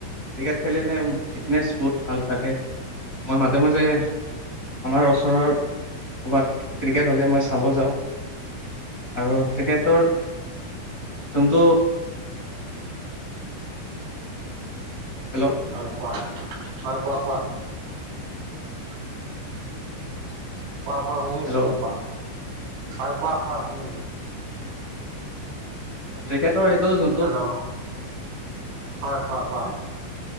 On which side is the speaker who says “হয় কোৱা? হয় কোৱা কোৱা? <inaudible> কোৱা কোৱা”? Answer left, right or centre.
Right